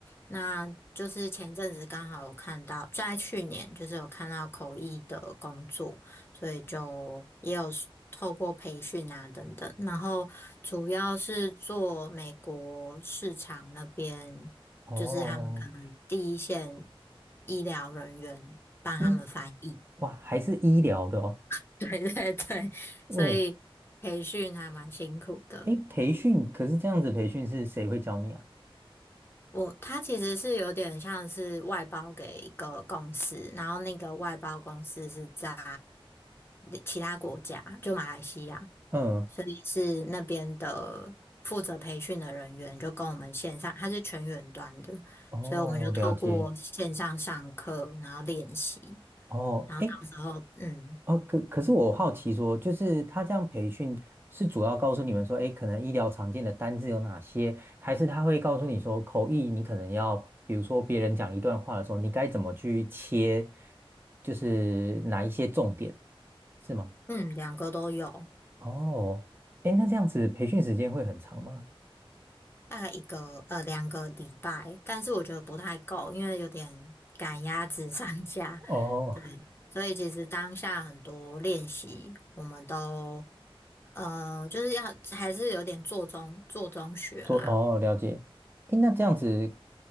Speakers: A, on the left (about 25°); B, on the right (about 25°).
A: 那就是前一阵子刚好有看到，在去年就是有看到口译的工作，所以就也有 s- 透过培训啊等等，然后主要是做美国市场那边，
B: 哦，
A: 就是他们可能第一线医疗人员帮他们翻译，
B: 医，哇，还是医疗的哦。
A: <laughs> 对对对，
B: 哦，
A: 所以培训还蛮辛苦的。
B: 诶，培训，可是这样子培训是谁会教你啊？
A: 我他其实是有点像是外包给一个公司，然后那个外包公司是在其他国家，就马来西亚，
B: 嗯，
A: 所以是那边的负责培训的人员就跟我们线上，他是全远端的，
B: 哦，
A: 所以我们就透过线上上课，
B: 了解。
A: 然后练习，
B: 哦，
A: 然后到时候嗯
B: 哎，哦，可可是我好奇说，就是他这样培训是主要告诉你们说，诶，可能医疗常见的单字有哪些，还是他会告诉你说，口译你可能要，比如说别人讲一段话的时候，你该怎么去切，就是哪一些重点，是吗？
A: 嗯两个都有，
B: 哦，诶，那这样子培训时间会很长吗？
A: 大概一个呃两个礼拜，但是我觉得不太够，因为有点赶鸭子上架。
B: 哦，
A: 所以其实当下很多练习，我们都呃，就是要还是有点做中做中学啦。
B: 做哦，了解。诶，那这样子